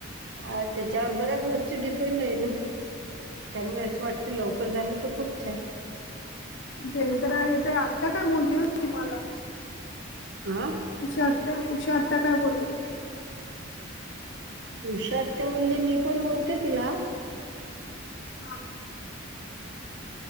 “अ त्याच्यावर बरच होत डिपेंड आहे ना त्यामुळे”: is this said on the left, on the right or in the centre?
Right